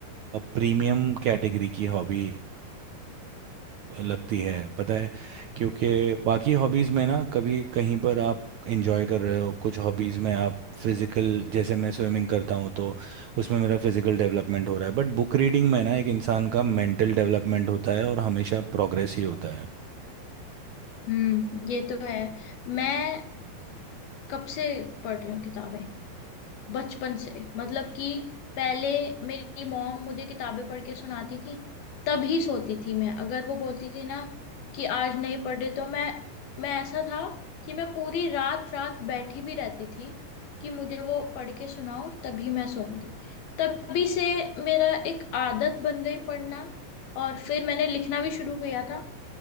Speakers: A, on the right (about 70°); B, on the left (about 70°).
A: प्रीमियम कैटेगरी की हॉबी लगती है पता है क्योंकि बाकी हॉबीज़ में ना कभी कहीं पर आप इंजॉय कर रहे हो कुछ हॉबीज़ में आप फिजिकल जैसे मैं स्विमिंग करता हूँ तो उसमें मेरा फिजिकल डेवलपमेंट हो रहा है बट बुक रीडिंग में ना एक इंसान का मेंटल डेवलपमेंट होता है और हमेशा प्रोग्रेस ही होता है
B: हम्म ये तो है मैं कब से पढ़ रही हूँ किताबें बचपन से मतलब कि पहले मेरी मॉम मुझे किताबें पढ़ के सुनाती थी तभी सोती थी मैं अगर वो बोलती थी ना कि आज नहीं पढ़ रहे तो मैं मैं ऐसा था कि मैं पूरी रात रात बैठी भी रहती थी कि मुझे वो पढ़ के सुनाओ तभी मैं सोऊंगी तभी से मेरा एक आदत बन गई पढ़ना और फिर मैंने लिखना भी शुरू किया था